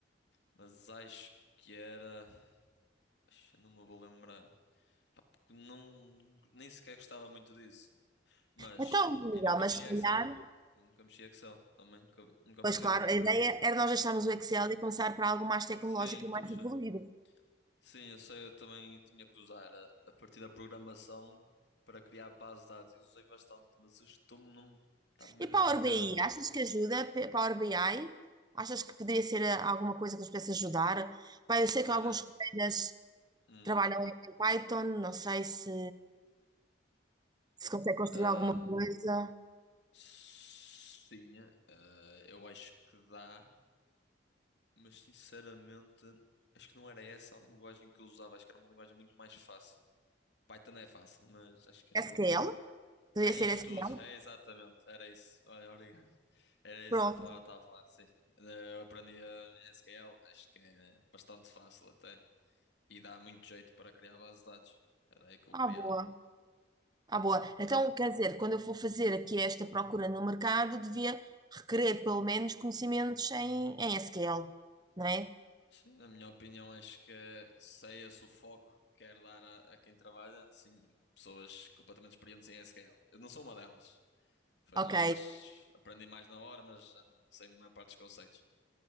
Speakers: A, on the left; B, on the right.
A: mas acho que era. Acho que Não me vou lembrar. Pá, porque não, nem sequer gostava muito disso. Mas,
B: Então, Miguel,
A: e nunca
B: mas
A: mexi
B: se
A: a
B: calhar,
A: Excel. E nunca mexi a Excel também, nunca, nunca
B: pois
A: me pediram.
B: claro, a ideia era nós deixarmos
A: Sim,
B: o Excel e começar para algo mais tecnológico
A: sim, estou
B: e mais
A: a perceber.
B: evoluído.
A: Sim, eu sei, eu também tinha que usar a, a partir da programação para criar bases de dados e usei bastante, mas estou-me não está mesmo
B: E Power
A: a falhar
B: BI,
A: o nome.
B: achas que ajuda? P- Power BI? Achas que poderia ser eh, alguma coisa que nos pudesse ajudar? Pá, eu sei
A: Usar,
B: que alguns colegas
A: hum,
B: trabalham em Python, não sei se, se consegue construir
A: ah,
B: alguma coisa.
A: sim, ah, eu acho que dá, mas sinceramente acho que não era essa a linguagem que eu usava, acho que era uma linguagem muito mais fácil. Python é fácil, mas acho que era outra.
B: SQL? Poderia
A: É isso
B: ser SQL?
A: tudo, é exatamente, era isso. Olha, obrigado. Era isso
B: Pronto,
A: a palavra que estava a falar, sim. Eh, Eu aprendi a SQL, acho que é bastante fácil até. E dá muito jeito para criar bases de dados. Era aí que eu
B: à
A: criava.
B: boa, à boa.
A: Uhum.
B: Então, quer dizer, quando eu for fazer aqui esta procura no mercado, devia requerer pelo menos conhecimentos em, em SQL, não é?
A: Sim, na minha opinião, acho que é- se é esse o foco que quero dar a, a quem trabalha, sim, pessoas completamente experientes em SQL. Eu não sou uma delas. Foi
B: Ok.
A: mais, aprendi mais na hora, mas já não sei a maior parte dos conceitos.